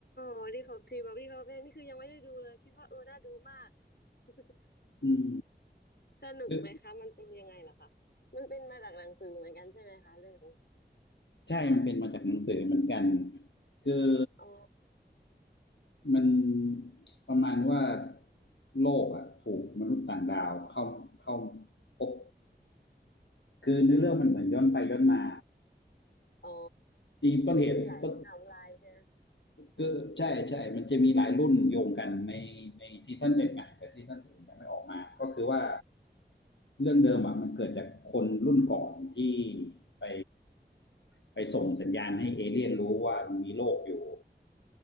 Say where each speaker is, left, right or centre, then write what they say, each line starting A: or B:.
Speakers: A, on the left; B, on the left.
A: Body Cop 3 Body Cop เนี่นี่คือยังไม่ได้ดูเลยคิดว่าเออน่าดูมาก <laughs>
B: อืม
A: สนุกไหมคะมันเป็นยังไงเห่ะคะมันเป็นมาจากหนังสือเหมือนกันใช่ไหมคะเรื่องนี้
B: หรือใช่มันเป็นมาจากหนังสือเหมือนกัน คือ
A: อ๋อ
B: มันประมาณว่าโลกอ่ะถูกมนุษย์ต่างดาวเข้าเข้าพบคือเนื้อเรื่องมันเหมือนย้อนไปย้อนมา
A: อ๋อ
B: ที่ต้นเหตุต้น
A: มีหลายไทม์ไลน์ใช่ไหม
B: ก็ใช่ใช่ มันจะมีหลายรุ่นโยงกันในในซีซั่นเด็ดไงแต่ซีซั่นอื่นยังไม่ออกมาก็คือว่าเรื่องเดิมอ่ะมันเกิดจากคนรุ่นก่อนที่ไปไปส่งสัญญาณให้เอเลี่ยนรู้ว่ามีโลกอยู่